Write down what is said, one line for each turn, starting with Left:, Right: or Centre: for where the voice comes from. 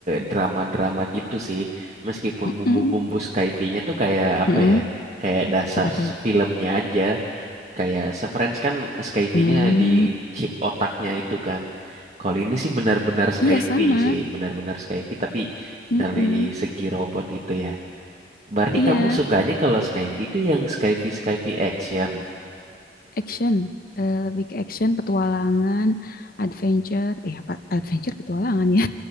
Right: drama-drama gitu sih. Meskipun
Left: Mm-mm,
Right: bumbu-bumbu Skyfi-nya tuh kayak apa
Left: mm-mm.
Right: ya? Kayak dasar
Left: Apa tuh?
Right: s- filmnya aja. Kayak Severance kan Skyfi-nya
Left: Hmm,
Right: di chip otaknya itu kan. Kalau ini sih benar-benar Skyfi
Left: iya sama.
Right: sih, benar-benar Skyfi tapi
Left: Mm-mm,
Right: dari segi robot gitu ya. Berarti
Left: Iya,
Right: kamu sukanya kalau Skyfi itu yang Skyfi Skyfi action.
Left: action. Eh, lebih ke action, petualangan, adventure. Eh, apa? Adventure, petualangan ya.